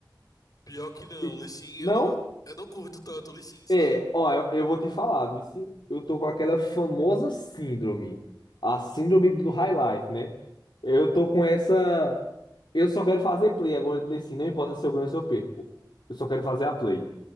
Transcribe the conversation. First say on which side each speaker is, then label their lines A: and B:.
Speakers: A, on the left (about 50°); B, on the left (about 75°).
A: Pior que não,
B: Bicho,
A: o Lee Sin, eu
B: Não?
A: não, eu não curto tanto o Lee Sin, sabe?
B: É, ó, eu, eu vou te falar, vice. Eu tô com aquela famosa síndrome. A síndrome do High Life, né? Eu tô com essa. Eu só quero fazer play agora de Lee Sin, não importa se eu ganho ou se eu perco. Eu só quero fazer a play.